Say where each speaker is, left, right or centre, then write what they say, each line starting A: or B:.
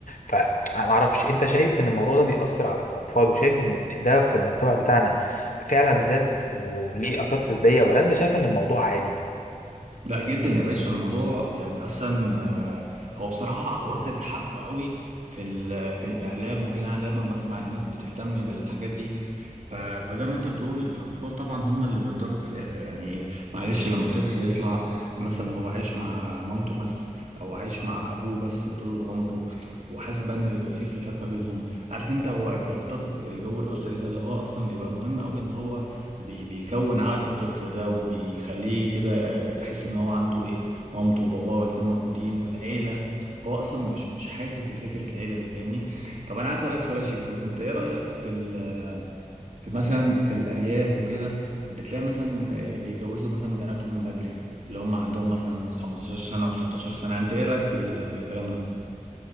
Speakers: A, on the left (about 70°); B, on the right (about 60°).
A: فانا ما اعرفش انت شايف ان الموضوع ده بيأثر على الاطفال وشايف ان ده في المجتمع بتاعنا فعلا زاد وليه آثار سلبية ولا انت شايف ان الموضوع عادي يعني؟
B: لا جدا يا باشا الموضوع يعني اصلا آه، هو بصراحه واخد حقه قوي في ال- في الاعلام وكده انا دايما بسمع الناس بتهتم بالحاجات دي ف- فزي ما انت بتقول الاطفال طبعا هم اللي بيتضروا في الاخر يعني معلش لما طفل يطلع مثلا هو عايش مع مامته بس او عايش مع ابوه بس طول عمره وحاسس بقى ان بيبقى في خلافات ما بينهم عارف انت هو بيفتقد الجو الاسري ده اللي هو اصلا بيبقى مهم قوي ان هو بي بيكون عقل الطفل ده وبيخليه كده يحس ان هو عنده ايه مامته وباباه والاتنين موجودين والعيله هو اصلا مش مش حاسس بفكره العيله دي فاهمني طب انا عايز اسالك سؤال يا شيفو انت ايه رايك في ال في مثلا في الارياف وكده بتلاقي مثلا آه، بيجوزوا مثلا بناتهم بدري اللي هم عندهم مثلا 15 سنه و16 سنه انت ايه رايك في ال في الكلام ده